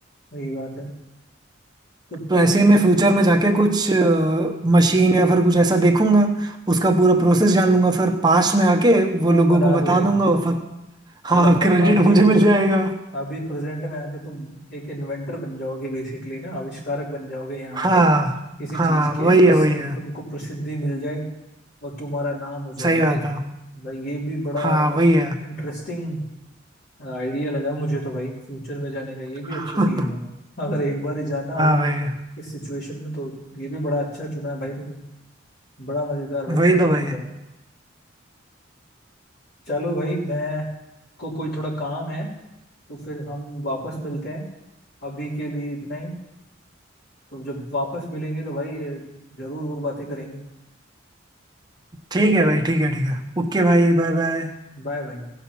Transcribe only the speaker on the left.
सही बात है तो
तुम
वो
बना
दोगे
मतलब
आप भी
अभी प्रेजेंट में आके तुम एक इन्वेंटर बन जाओगे बेसिकली ना आविष्कारक बन जाओगे यहाँ
के किसी
चीज के
जिससे
तुमको प्रसिद्धि मिल जाए और तुम्हारा नाम हो जाए
ना
भाई
भाई ये भी बड़ा
मतलब
इंटरेस्टिंग आइडिया लगा मुझे तो भाई फ्यूचर में जाने का ये भी
अच्छी चीज है अगर एक बार ही जाना हो
इस सिचुएशन में तो ये भी बड़ा अच्छा चुना है भाई तुमने बड़ा मजेदार भाई
बड़ा
मजेदार
चलो भाई मैं को कोई थोड़ा काम है तो फिर हम वापस मिलते हैं अभी के लिए इतना ही तो जब वापस मिलेंगे तो भाई जरूर और बातें करेंगे
बाय भाई